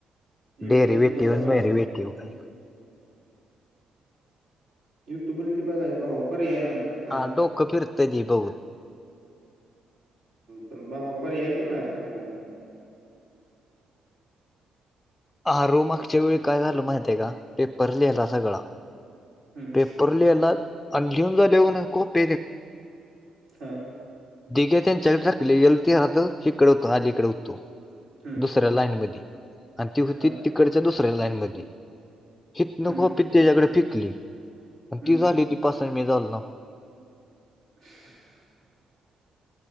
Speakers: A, on the right; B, on the left.
A: युट्यूब
B: डेरी
A: बिट्यूब
B: वेटी
A: वर
B: व
A: बघायचं
B: मैरी वेटी. तेो गय.
A: युट्युब वरती बघायचं भाव पर्याय नाही आता. काय
B: हा डोकं फिरत जी बघून.
A: पण बा वापारी आहे पण ना अर्थ्याला काय.
B: ह रोमागच्या वेळी काय झालं माहित आहे का पेपर लिहिला सगळा
A: हम्म,
B: पेपर. आप याला घेऊन झाले हो खप
A: हा.
B: दिघे त्यांनी चलकलेल ते रात इकडे होत आलीकडे होतो
A: हम्म,
B: दुस रीलाईनमधी आणि ती होती
A: हा,
B: तिकडच्या दुसऱ्या लाईन मधी हितन
A: हम्म,
B: कॉपी त्याज्याकड फेकली. आणि
A: हम्म.
B: ती झाली होती पास अनं मी झालो नवं
A: <inaudible>